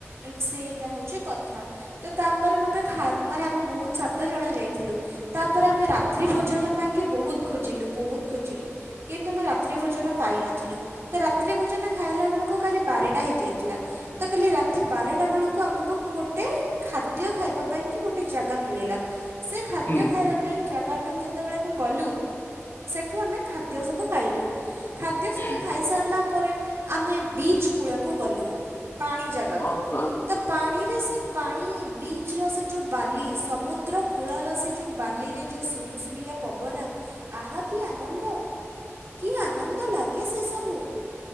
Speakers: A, on the right (about 60°); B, on the left (about 55°).
A: ସେଇଟା ହଉଛି କଥା ତ ତାପରେ ମତେ ଖା ମାନେ ଆମେ ବହୁତ ସାତ ଜଣ ଯାଇଥିଲୁ ତାପରେ ଆମେ ରାତ୍ରି ଭୋଜନ ପାଇଁ ବହୁତ ଖୋଜିଲୁ ବହୁତ ଖୋଜିଲୁ କିନ୍ତୁ ଆମ ରାତ୍ରି ଭୋଜ ନ ପାଇନଥିଲୁ ରାତ୍ରି ଭୋଜନ ଖାଇଲା ବେଳକୁ କାଲି ବାରଟା ହେଇଜାଇଥିଲା ତ କାଲି ରା ତେ ବାରଟା ବେଳକୁ ଆମକୁ ଗୋଟେ ଖାଦ୍ୟ ଖାଇବା ପାଇଁ କି ଗୋଟେ ଜାଗା ମିଳିଲା ସେ ଖାଦ୍ୟ
B: ହୁଁ
A: ଖାଇବା ପାଇଁ ଜାଗା ଯେତେବେଳେ ଆମେ ଗଲୁ ସେଠୁ ଆମେ ଖାଦ୍ୟ ସବୁ ଖାଇଲୁ। ଖାଦ୍ୟ
B: ହୁଁ
A: ସବୁ ଖାଇ ସାରିଲା ପରେ ଆମେ ବିଚ୍ କୂଳକୁ ଗଲୁ ପାଣି ଯାଏଁ।
B: ଓହୋ
A: କୁ ପାଣିରେ ସେ
B: ଓହୋ
A: ପାଣି ବି ଚ୍ ସେ ଯୋଉ ବାଲି ସମୁଦ୍ର କୂଳ ର ସେ ଯୋଉ ବାଲିରେ ଯୋଉ ସୁଲସୁଲିଆ ପବନା। ଆଃ କି ଆନନ୍ଦ।
B: ହ
A: କି ଆନନ୍ଦ ଲାଗେ ସେସବୁ